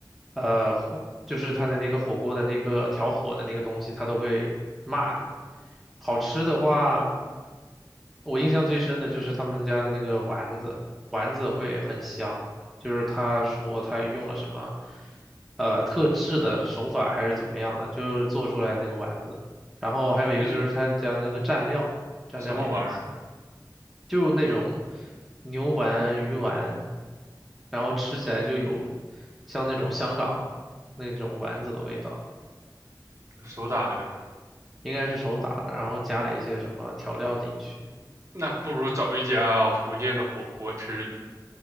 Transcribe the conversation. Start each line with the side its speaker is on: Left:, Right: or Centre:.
Centre: 呃，火，就是他的那个火锅的那个调火的那个东西，他都会骂你。好吃的话。我印象最深的就是他们家的那个丸子，丸子会很香。就是他说他用了什么，呃，特制的手法还是怎么样的，就是做出来那个丸子。然后还有一个就是他家的那个蘸料，
Right: 呃
Centre: 蘸料也很香，
Right: 什么玩意儿，
Centre: 就那种牛丸、鱼丸，然后吃起来就有像那种香港那种丸子的味道，
Right: 手打的呗。
Centre: 应该是手打的，然后加了一些什么调料进去。
Right: 那不如找一家福建的火锅吃呢。